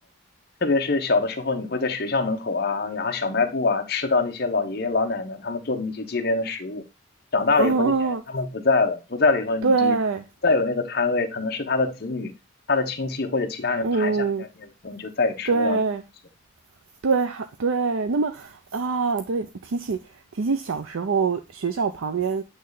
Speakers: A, on the left; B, on the right.
A: 特别是小的时候，你会在学校门口啊，然后小卖部啊，吃到那些老爷爷老奶奶他们做的那些街边的食物。长大了以后，
B: 嗯，
A: 那些人他们不在了，不在了以后，你再有那个摊位，
B: 对，
A: 可能是他的子女、他的亲戚或者其他人盘下那家店铺，
B: 嗯，
A: 你就再也吃不到那个东西。
B: 对。对，还对，那么啊，对，提起提起小时候学校旁边、